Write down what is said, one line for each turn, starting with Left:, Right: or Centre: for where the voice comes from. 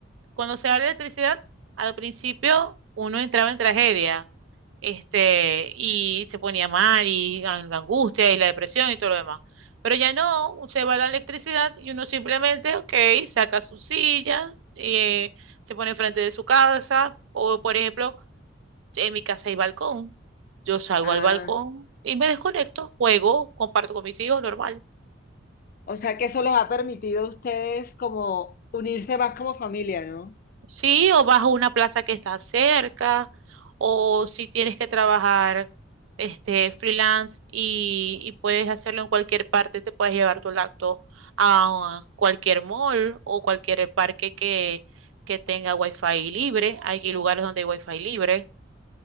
Right: cuando se da la electricidad, al principio uno entraba en tragedia, este, y se ponía mal, y an- la angustia, y la depresión, y todo lo demás. Pero ya no, se va la electricidad y uno simplemente, ok, saca su silla, eh, se pone enfrente de su casa, o por ejemplo, en mi casa hay balcón. Yo salgo
Left: Ah,
Right: al balcón y me desconecto, juego, comparto con mis hijos, normal.
Left: o sea que eso les ha permitido a ustedes como unirse más como familia, ¿no?
Right: Sí, o vas a una plaza que está cerca, o si tienes que trabajar este freelance y, y puedes hacerlo en cualquier parte, te puedes llevar tu laptop a cualquier mall o cualquier parque que, que tenga wifi libre. Hay lugares donde hay wifi libre.